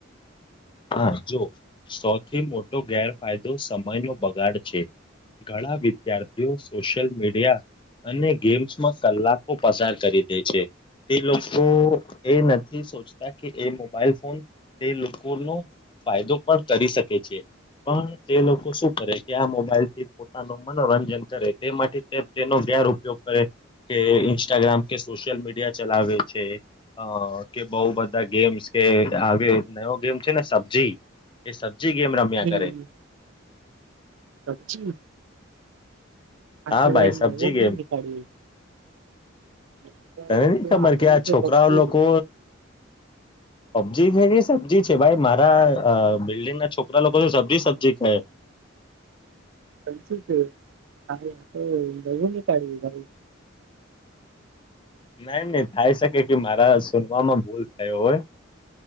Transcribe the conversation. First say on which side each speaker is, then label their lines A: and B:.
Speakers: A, on the left; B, on the right.
A: હા જો, સૌથી મોટો ગેરફાયદો સમય નો બગાડ છે. ઘણા વિદ્યાર્થીઓ સોશિયલ મીડિયા અને ગેમ્સમાં કલાકો પસાર કરી દે છે. તે લોકો એ નથી સોચતા કે એ મોબાઈલ ફોન તે લોક કો નો ફાયદો પણ કરી શકે છે. પણ તે લોકો શું કરે કે આ મોબાઈલ થી પોતાનું મનોરંજન કરે તે માટે તે તેનો ગેરઉપગ કરે, કે ઇન્સ્ટાગ્રામ કે સોશિયલ મીડિયા ચલાવે છે અ કે બઉ બધા ગેમ્સ કે આવી નયો ગેમ છે ને સબ્જી એ સબ જી ગેમ રમ્યા
B: હમ્મ
A: કરે.
B: પબજી આ
A: હા
B: તો
A: ભાઈ સબ્જી
B: નવો
A: ગેમ.
B: નીકાળ્યો. છે. તો
A: તને
B: એવું
A: નહી
B: તો
A: ખબર
B: સાંભળ્યું
A: કે આ
B: છે
A: છોકરાઓ
B: પબજી
A: લોકો પબજી છેકે સબ્જી છે ભાઈ મારા બિલ્ડિંગ ના છોકરા લોકો સબ્જી સબજી કહે.
B: સાચું છે હ આ તો નવું નીકાળ્યું ભાઈ
A: ના નહી થાય સકે કે મારા સુનવામાં ભૂલ થયો હોય